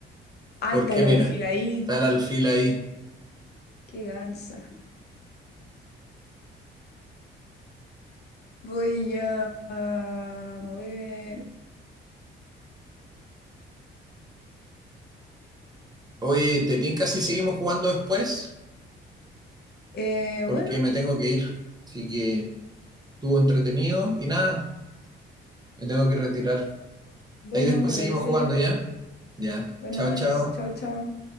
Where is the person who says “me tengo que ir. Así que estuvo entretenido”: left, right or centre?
Right